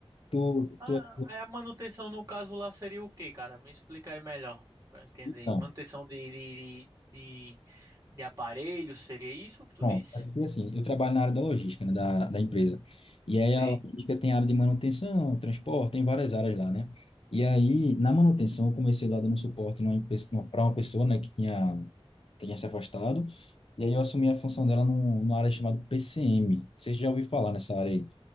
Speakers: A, on the left; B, on the right.
A: Tô,
B: Ah,
A: tô...
B: aí a manutenção no caso lá seria o quê, cara? Me explica aí melhor pra eu entender.
A: Então,
B: Manutenção de, de, de, de, de aparelhos, seria isso que tu
A: Pronto,
B: disse?
A: é Porque assim, eu trabalho na área da logística, né, da, da empresa. E aí
B: Sim.
A: a logística tem área de manutenção, transporte, tem várias áreas lá, né? E aí, na manutenção, eu comecei lá dando suporte numa, para uma pessoa, né, que tinha, tinha se afastado. E aí eu assumi a função dela num, numa área chamada PCM. Vocês já ouviram falar nessa área aí?